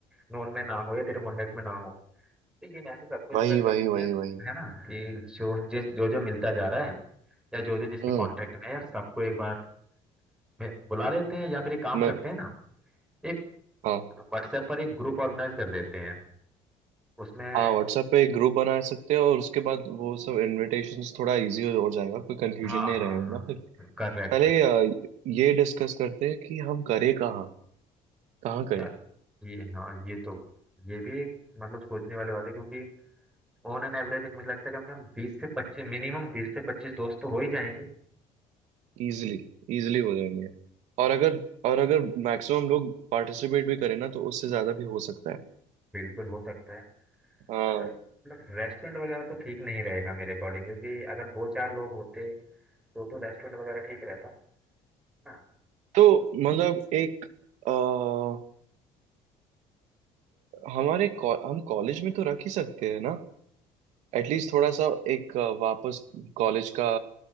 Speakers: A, in the centre; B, on the right.
A: नोन में ना हो या तेरे कांटेक्ट में ना हो तो ये मैसेज सबको स्प्रेड
B: वही वही
A: करते हैं कि
B: वही
A: यार
B: वही
A: है ना कि जो जिस जो जो मिलता जा रहा है या जो जो जिसके
B: हम्म
A: कॉन्टेक्ट में है यार सबको एक बार में बुला लेते हैं या फिर एक काम
B: मैं
A: करते हैं ना एक
B: हाँ
A: व्हाट्सएप पर एक ग्रुप ऑर्गेनाइज कर देते हैं उसमें
B: हाँ व्हाट्सएप पे एक ग्रुप बना सकते हैं और उसके बाद वो सब इनविटेशंस थोड़ा इजी हो जाएगा कोई कंफ्यूजन
A: हाँ
B: नहीं
A: हाँ
B: रहेगा
A: हाँ
B: ना फिर
A: करेक्ट
B: पहले अ, ये डिस्कस करते हैं कि हम करें कहाँ कहाँ करें
A: यार ये हाँ ये तो ये भी एक मतलब सोचने वाली बात है क्योंकि ऑन एन एवरेज मुझे लगता है कम से कम बीस से पच्चीस मिनिमम बीस से पच्चीस दोस्त तो हो ही जाएंगे
B: इजीली इजीली हो जाएंगे और अगर और अगर मैक्सिमम लोग पार्टिसिपेट भी करें ना तो उससे ज्यादा भी हो सकता है
A: बिल्कुल हो सकता है
B: हाँ
A: मतलब रेस्टोरेंट वगैरह तो ठीक नहीं रहेगा मेरे अकॉर्डिंग क्योंकि अगर दो चार लोग होते तो तो रेस्टोरेंट वगैरह ठीक रहता ना
B: तो मतलब एक अ, हमारे कॉ- हम कॉलेज में तो रख ही सकते हैं ना एटलीस्ट थोड़ा सा एक अ, वापस कॉलेज का